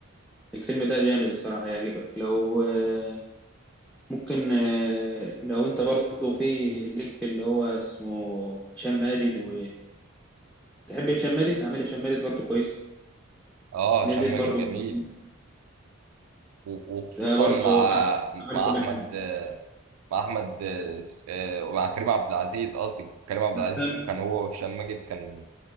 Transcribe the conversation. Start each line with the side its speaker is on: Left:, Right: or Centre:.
Centre: الفيلم ده جامد الصراحة هيعجبك لو آه، ممكن آه، لو انت برضه في ليك في اللي هو اسمه هشام ماجد وتحب هشام ماجد عمل هشام ماجد برضه كويس
Right: اه هشام
Centre: نزل
Right: ماجد
Centre: برضه
Right: جميل
Centre: ب-
Right: و- وخصوصا
Centre: ده برضه
Right: مع
Centre: ع- عمل
Right: مع
Centre: كل
Right: احمد
Centre: حاجة
Right: مع احمد آه، ومع كريم عبد العزيز قصدي كريم عبد العزيز
Centre: فاهم
Right: كان هو وهشام ماجد كان